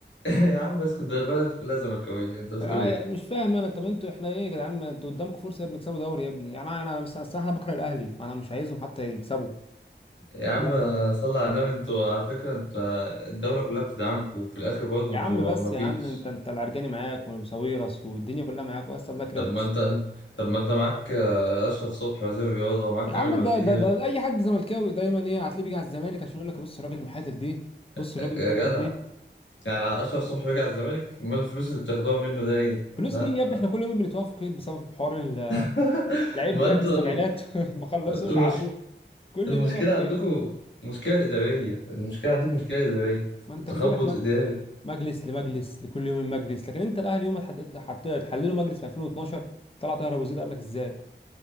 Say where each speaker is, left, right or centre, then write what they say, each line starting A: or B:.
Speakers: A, on the left; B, on the left.
A: يا عم اسكت ده البلد كلها زملكاوية انت بتقول
B: تع-
A: ايه
B: مش فاهم انا طب انتوا احنا ايه يا جدعان ما انتوا قدامكم فرصه يا ابني تكسبوا دوري يا ابني يعني انا انا بس الصراحه انا بكره الاهلي فانا مش عايزهم حتى يكسبوا
A: يا عم
B: لا.
A: صلى على النبي انتوا على فكرة انت الدولة كلها بتدعمكم وفي الاخر برضه
B: يا
A: انتوا
B: عم بس
A: مفيش
B: يا عم انت انت العرجاني معاك وساويرس والدنيا كلها معاك بس الله يكرمك
A: طب ما
B: بس
A: انت طب ما انت معاك آه، اشرف صبحي وزير الرياضة ومعاك
B: يا
A: كامل
B: عم
A: وزير
B: ده ده, ده اي حد زملكاوي دايما ايه هتلاقيه بيجي على الزمالك عشان يقول لك بص الراجل المحايد دي بص
A: آه،
B: الراجل
A: يا
B: الحلوه
A: جدع
B: دي
A: يعني اشرف صبحي رجع الزمالك ما الفلوس اللي بتاخدوها منه ده ايه
B: فلوس
A: لا
B: مين يا ابني احنا كل يوم بنتوقف في قيد بسبب حوار ال-
A: <laughs>
B: لعيب
A: ما
B: جاي
A: انتوا
B: من السبعينات
A: الم-
B: <laughs> ما خلصوش
A: المش...
B: عقده كل
A: المشكلة
B: يوم نقف
A: عندكم
B: في قيد
A: مشكلة إدارية المشكلة عندكم مشكلة إدارية
B: ما انت
A: تخبط
B: بيجي لك
A: إداري
B: مجلس لمجلس لكل يوم مجلس لكن انت الاهلي يوم ما تحد- حت- تحلله مجلس في 2012 طلع طاهر ابو زيد قال لك ازاي